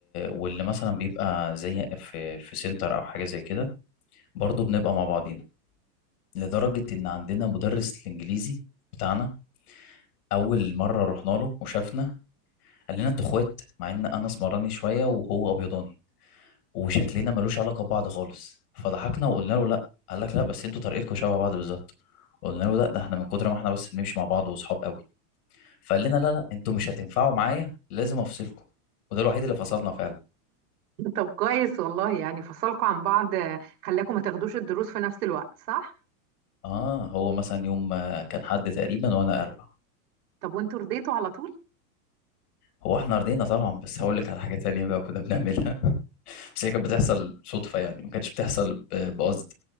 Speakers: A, on the left; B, on the right.
A: واللي مثلا بيبقى زي في في سنتر أو حاجة زي كده برضه بنبقى مع بعضينا لدرجة إن عندنا مدرس الإنجليزي بتاعنا أول مرة رحنا له وشافنا قال لنا أنتوا إخوات مع إن أنا اسمراني شوية وهو أبيضاني وشكلنا ملوش علاقه ببعض خالص فضحكنا وقلنا له لا قال لك لا بس انتوا طريقتكم شبه بعض بالظبط قلنا له لا ده احنا من كتر ما احنا بس بنمشي مع بعض واصحاب قوي فقال لنا لا لا انتوا مش هتنفعوا معايا لازم افصلكم وده الوحيد اللي فصلنا فعلا
B: <laughs> طب كويس والله يعني فصلكوا عن بعض آه، خلاكوا ما تاخدوش الدروس في نفس الوقت صح؟
A: اه هو مثلا يوم آه، كان حد تقريبا وانا اربع
B: طب وانتوا رضيتوا على طول؟
A: هو احنا رضينا طبعا بس هقول لك على حاجه تانية بقى كنا بنعملها <laughs> بس هي كانت بتحصل صدفه يعني ما كانتش بتحصل ب- بقصد